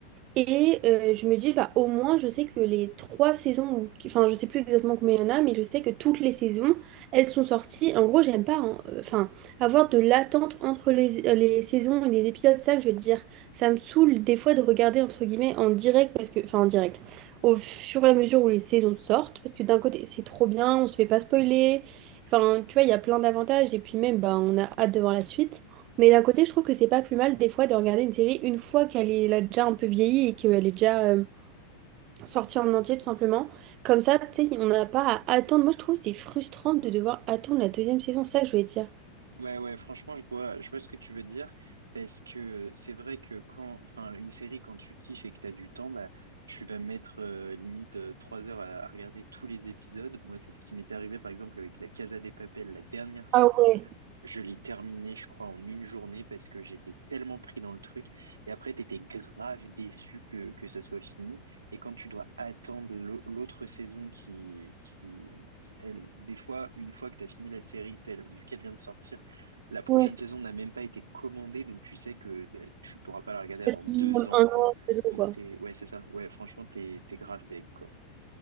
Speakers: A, on the right (about 40°); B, on the right (about 70°).
A: Et euh, je me dis, bah, au moins, je sais que les trois saisons, ou- enfin, je sais plus exactement combien il y en a, mais je sais que toutes les saisons, elles sont sorties. En gros, j'aime pas, hein, euh, enfin, avoir de l'attente entre les, euh, les saisons et les épisodes, c'est ça que je veux te dire. Ça me saoule des fois de regarder, entre guillemets, en direct, parce que, enfin, en direct, au fur et à mesure où les saisons sortent, parce que d'un côté, c'est trop bien, on se fait pas spoiler. Enfin, tu vois, il y a plein d'avantages, et puis même, bah, on a hâte de voir la suite. Mais d'un côté, je trouve que c'est pas plus mal des fois de regarder une série une fois qu'elle est, elle a déjà un peu vieilli et qu'elle est déjà euh, sortie en entier tout simplement. Comme ça, tu sais, on n'a pas à attendre. Moi, je trouve que c'est frustrant de devoir attendre la deuxième saison, c'est ça que je voulais dire.
B: Ouais, ouais, franchement, je vois, je vois ce que tu veux dire, parce que c'est vrai que quand, enfin, une série, quand tu kiffes et que t'as du temps, bah, tu vas mettre euh, limite euh, trois heures à, à regarder tous les épisodes. Moi, c'est ce qui m'est arrivé, par exemple, avec la Casa de Papel, la dernière saison.
A: Ah ouais,
B: Je l'ai terminé, je crois, en une journée parce que j'étais tellement pris dans le truc. Et après, t'étais grave déçu que, que ça soit fini. Et quand tu dois attendre l'au- l'autre saison qui, qui, elle- des fois, une fois que t'as fini la série, telle, vu qu'elle vient de sortir, la prochaine
A: ouais.
B: saison n'a même pas été commandée. Donc, tu sais que elle- tu pourras pas la regarder avant
A: Parce qu'il
B: deux
A: minimum
B: ans,
A: un
B: quoi.
A: an, deux ans,
B: Donc,
A: quoi.
B: t'es, ouais, c'est ça. Ouais, franchement, t'es, t'es grave deg, quoi.